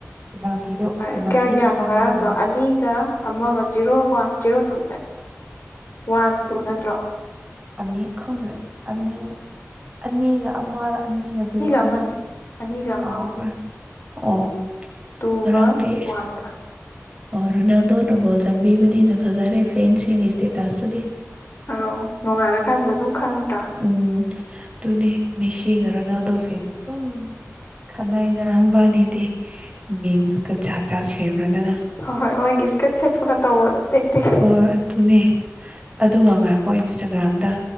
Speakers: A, on the right; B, on the left.
A: ꯄꯦꯅꯥꯜꯇꯤꯗ
B: ꯀꯌꯥ
A: ꯄꯦꯅꯥꯜꯇꯤꯗ
B: ꯀꯌꯥꯅꯣ
A: ꯆꯟꯕ
B: ꯉꯔꯥꯡꯗꯣ
A: ꯃꯥꯜꯂꯦ
B: ꯑꯅꯤꯒ ꯑꯃꯒ zero one zero two one two ꯅꯠꯇ꯭ꯔꯣ
A: ꯑꯅꯤꯛ ꯈꯪꯗ꯭ꯔꯦ ꯑꯅꯤꯒ ꯑꯅꯤꯒ ꯑꯃꯔ ꯑꯅꯤꯒ ꯖꯤꯔꯣꯔꯗꯤ
B: ꯑꯃꯅꯦ ꯑꯅꯤꯒ
A: ꯀꯥꯎꯈ꯭ꯔꯦ
B: ꯑꯃ
A: ꯑꯣ
B: ꯇꯨꯒ
A: ꯉꯔꯥꯡꯗꯤ
B: ꯋꯥꯟꯒ
A: ꯑꯣ ꯔꯣꯅꯥꯜꯗꯣ ꯅ ꯒꯣꯜ ꯆꯟꯕꯤꯕꯅꯤꯅ ꯐꯖꯔꯦ ꯐꯦꯟꯁꯤꯡꯒꯤ ꯏꯁꯇꯦꯇꯥꯁꯇꯨꯗꯤ
B: ꯑꯥꯎ ꯅꯣꯡꯉꯥꯜꯂꯀꯥꯟꯗ ꯑꯗꯨꯝ ꯈꯪꯗ꯭ꯔꯥ
A: ꯎꯝ ꯑꯗꯨꯅꯤ ꯃꯦꯁꯤꯒ ꯔꯣꯅꯥꯜꯗꯣ ꯐꯦꯟ ꯑꯗꯨꯝ ꯈꯠꯅꯩ ꯗꯅꯕꯥꯅꯤꯗꯤ ꯃꯤꯝꯁꯀ ꯖꯥꯠ ꯖꯥꯠ ꯁꯦꯝꯔꯗꯅ
B: ꯍꯣꯏ ꯍꯣꯏꯒꯤ ꯏꯁꯀꯠ ꯁꯦꯠꯄꯒ ꯇꯧꯕꯗꯣ ꯇꯦꯛ ꯇꯦꯛ
A: ꯍꯣꯏ ꯑꯗꯨꯅꯦ ꯑꯗꯨꯒ ꯉꯉꯥꯏꯈꯣ ꯏꯟꯁꯇꯥꯒ꯭ꯔꯥꯝꯗ